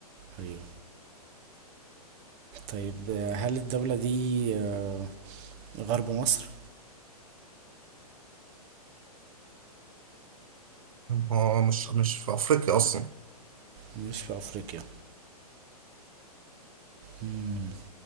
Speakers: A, on the right (about 30°); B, on the right (about 60°).
A: أيوه طيب آه، هل الدولة دي آه، غرب مصر؟
B: هو مش مش في أفريقيا أصلا
A: مش في أفريقيا مم.